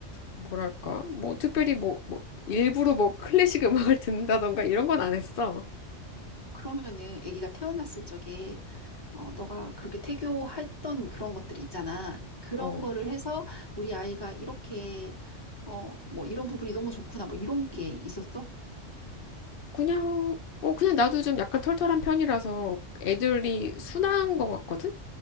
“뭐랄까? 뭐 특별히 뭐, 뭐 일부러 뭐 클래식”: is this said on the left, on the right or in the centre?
Left